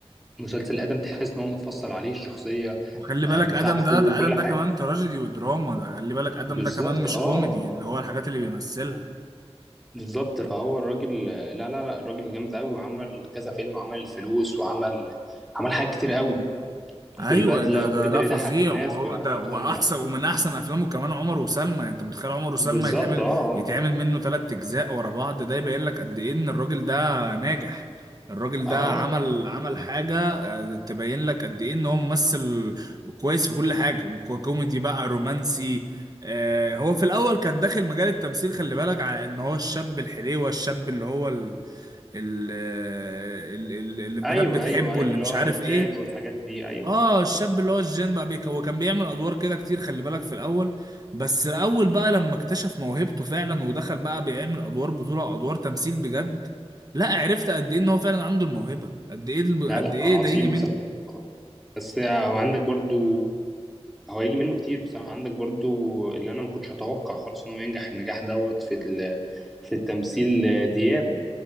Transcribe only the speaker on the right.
وخلي بالك
آدم ده آدم
ده
كمان تراجيدي ودراما ده خلي بالك آدم
ده كمان مش
كوميدي
اللي هو الحاجات اللي بيمثلها
ايوه
ده
ده لا
فظيع
وعو-
ده واحسن
ومن احسن افلامه كمان عمر وسلمى يعني انت متخيل عمر وسلمى
يتعمل
يتعمل منه ثلاث اجزاء ورا بعض ده يبين لك قد ايه ان الراجل ده ناجح الراجل
ده
عمل عمل حاجة آه، تبين لك قد ايه ان هو ممثل كويس في كل حاجة كو- كوميدي بقى رومانسي آه، هو في الاول كان داخل مجال التمثيل خلي بالك على ان هو الشاب الحليوة الشاب اللي هو ال- ال- آه، ال- اللي البنات
بتحبه
اللي
مش
عارف
ايه
اه الشاب اللي هو الجين بقى بيك هو كان بيعمل ادوار كده كتير خلي بالك في الاول بس الاول بقى لما اكتشف موهبته فعلا ودخل بقى بيعمل ادوار بطولة ادوار تمثيل بجد لا عرفت قد ايه ان هو فعلا عنده الموهبة قد ايه الم-
قد
ايه
ده يجي منه